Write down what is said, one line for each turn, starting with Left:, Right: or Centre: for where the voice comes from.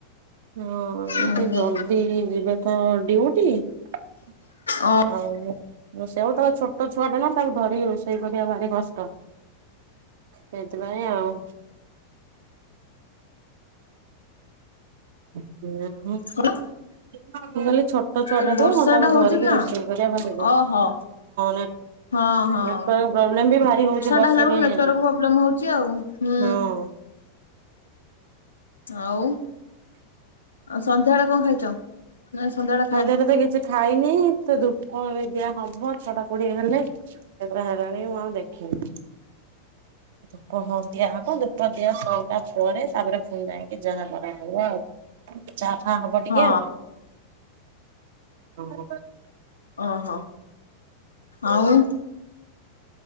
Right: ହଁ
Left: ଉଁ
Right: ଟିକେ
Left: ହୁଁ
Right: ଜଲଦି ଯିବେ ତ ଡିଉଟି ଆଉ
Left: ଅ
Right: ରୋଷେଇ ହଉ ତାପରେ ଛୋଟ ଛୁଆ ଟା ନା ତାଙ୍କୁ ଧରିକି ରୋଷେଇ କରିବା ଭାରି କଷ୍ଟ ହେଇଥିପାଇଁ ଆଉ <unintelligible>
Left: କଣ?
Right: ମୁଁ କହିଲଲି ଛୋଟ ଛୁଆ
Left: ଏ
Right: ଟା
Left: ବର୍ଷା
Right: ତ ତାଙ୍କୁ
Left: ଟା ହଉଛି
Right: ଧରିକି
Left: ନା
Right: ରୋଷେଇ କରିବା ଭାରି ହଁ
Left: ଓହୋ
Right: ନା
Left: ହଁ ହଁ।
Right: କଣ ପ୍ରୋବ୍ଲେମ ବି ଭାରି ହଉଛି ବର୍ଷା
Left: ଟା ହେଲା ବେଳକୁ
Right: ପାଇଁ
Left: ନେଟୱାର୍କ
Right: ଆଜି
Left: ପ୍ରୋବ୍ଲେମ ହଉଛି ଆଉ ହୁଁ
Right: ହଁ
Left: ଆଉ ସନ୍ଧ୍ୟା ବଳେ କଣ ଖାଇଛ ନା ସନ୍ଧ୍ୟାବେ
Right: ମନ୍ଦିରରେ ତ କିଛି ଖାଇନି ତ ଧୂପର ଦିଆ ହବ ଛଟା କୋଡିଏ ହେଲେ କେତେଟା ହେଲାଣି ମୁଁ ଆଉ ଦେଖିନି। ଧୂପ ଦିଆ ହବ ପ ଦିଆ ସୋଇିଲା ପରେ ତାପରେ ଫୁଣି ଯାଇକି ଯାହା କରାହବ ଆଉ ଚା ଫା ହବ ଟିକେ
Left: ହଁ
Right: ଆଉ ହଁ
Left: ଓହୋ ଆଉ